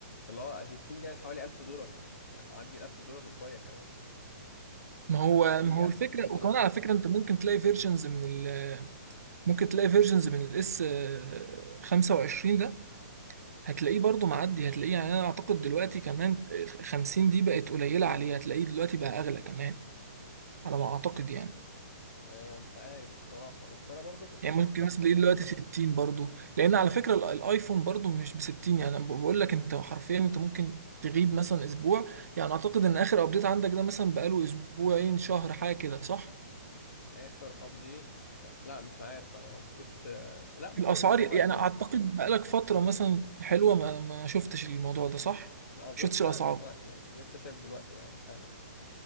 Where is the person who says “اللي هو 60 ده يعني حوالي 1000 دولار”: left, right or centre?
Left